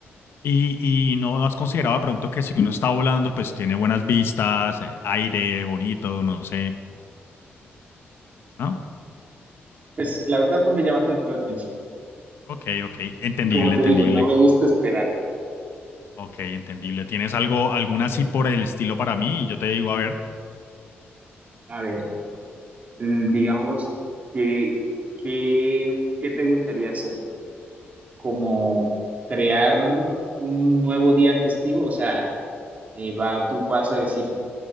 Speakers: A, on the left (about 65°); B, on the right (about 35°).
A: Y, y no has considerado de pronto que si uno está volando, pues tiene buenas vistas, eh, aire bonito, no sé, ¿no?
B: Pues la verdad no me llama tanto la atención.
A: Ok, ok, entendible,
B: Como te
A: entendible.
B: digo, no me gusta esperar.
A: Ok, entendible. ¿Tienes algo, alguna así por el estilo para mí? Y yo te digo, a ver,
B: A ver, mm, digamos que, que, ¿qué te gustaría hacer? Como crear un nuevo día festivo, o sea, eh, va, tú vas a decir